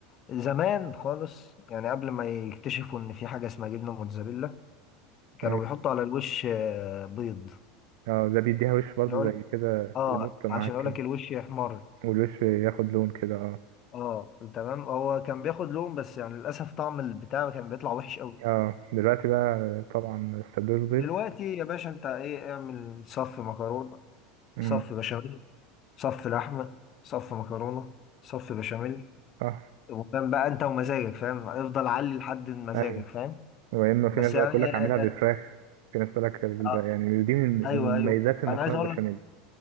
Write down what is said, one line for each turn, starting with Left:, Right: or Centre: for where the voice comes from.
Left: ايه زمان خالص يعني قبل ما يكتشفوا ان في حاجة اسمها جبنة موتزاريلا كانوا
Right: ايوه
Left: بيحطوا على الوش آه، بيض
Right: اه ده بيديها وش برضو
Left: يقول
Right: زي كده
Left: اه
Right: يمط معاك
Left: عشان اقول
Right: كده
Left: لك الوش يحمر
Right: والوش ياخد لون كده اه
Left: اه تمام هو كان بياخد لون بس يعني للاسف طعم البتاع كان بيطلع وحش قوي
Right: اه دلوقتي بقى طبعا السندوتش بيض
Left: دلوقتي يا باشا انت ايه اعمل صف مكرونة
Right: امم
Left: صف بشاميل صف لحمة صف مكرونة صف بشاميل
Right: اه
Left: وكان بقى انت ومزاجك فاهم افضل علي لحد مزاجك
Right: ايوه
Left: فاهم
Right: يا اما في
Left: بس
Right: ناس بقى
Left: يعني
Right: تقول لك
Left: آه
Right: اعملها بالفراخ في ناس تقول لك بالبقى
Left: آه،
Right: يعني دي من
Left: ايوه
Right: من مميزات
Left: ايوه
Right: المكرونه
Left: انا عايز اقول
Right: البشاميل
Left: لك